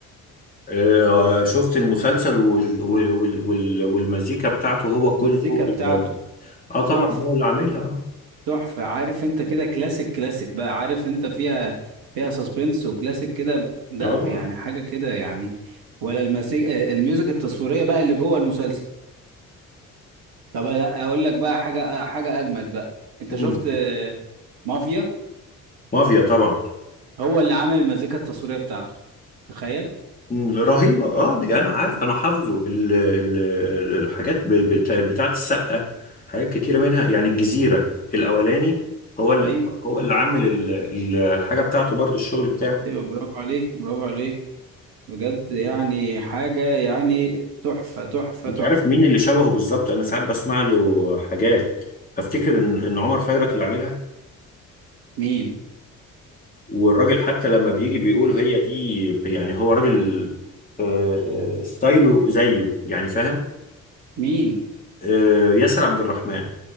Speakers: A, on the left; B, on the right.
A: آه، شفت المسلسل وال... وال... وال... وال... والمزيكا بتاعته هو كل
B: المزيكا
A: هو
B: بتاعته
A: ال... اه طبعا
B: تحفة
A: هو اللي عاملها اه
B: تحفة عارف انت كده كلاسيك كلاسيك بقى عارف انت فيها فيها سسبنس وكلاسيك كده لا
A: اه
B: يعني حاجة كده يعني ولا المسيج... آه، الميوزك التصويرية بقى اللي جوه المسلسل طب أنا اقول لك بقى حاجة حاجة اجمد بقى انت
A: مم.
B: شفت آه، مافيا
A: مافيا طبعا
B: هو اللي عامل المزيكا التصويرية بتاعته تخيل
A: مم، رهيبة اه يعني انا عارف انا حافظه ال- ال- ال- الحاجات ب- بتاع- بتاعت السقا حاجات كتيرة منها يعني الجزيرة الاولاني هو ال...
B: ايوه
A: هو اللي عامل ال... ال- الحاجة بتاعته برضو الشغل بتاعه
B: ايوه برافو عليك برافو عليك بجد يعني حاجة يعني تحفة تحفة
A: انت
B: تحفة
A: عارف مين اللي شبهه بالظبط انا ساعات بسمع له حاجات افتكر ان ان عمر خيرت اللي عاملها
B: مين
A: والراجل حتى لما بيجي بيقول هي دي يعني هو راجل آه، آه، ستايله زيه يعني فاهم
B: مين
A: آه، ياسر عبد الرحمن